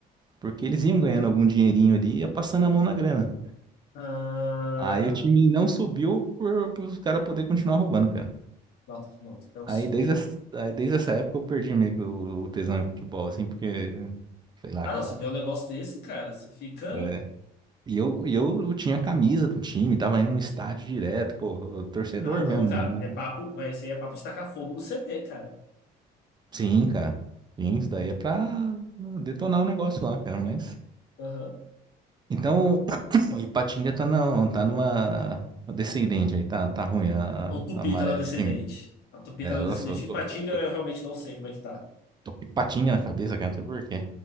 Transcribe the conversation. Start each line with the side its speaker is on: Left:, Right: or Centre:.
Right: porque eles iam ganhando algum dinheirinho ali e ia passando a mão na grana.
Left: Ah,
Right: Aí o time não subiu por, por os caras poder continuar roubando, cara.
Left: nossa, nossa, é um absurdo.
Right: Aí desde, essa- aí desde essa época eu perdi meio que o, o tesão em futebol, assim, porque, sei lá,
Left: Ah,
Right: cara.
Left: não, você vê um negócio desse, cara, você fica.
Right: é. E eu, e eu tinha a camisa do time, tava indo no estádio direto, pô, eu- torcedor
Left: Ah, não,
Right: mesmo.
Left: cara,
Right: né?
Left: é papo, vai ser é papo de tacar fogo no CT, cara.
Right: Sim, cara. Sim, isso daí é pra detonar o negócio lá, cara, mas...
Left: Aham.
Right: Então, <coughs> <clears throat> o Ipatinga tá, não, tá numa descendente aí, tá, tá ruim a,
Left: O Tupi
Right: a maré
Left: tá na descendente.
Right: do time.
Left: A Tupi
Right: É,
Left: tá na
Right: nossa,
Left: descendente.
Right: eu tô,
Left: Ipatinga,
Right: tô, tô,
Left: eu realmente não sei como é que tá.
Right: tô com patinha na cabeça, cara, não sei por quê.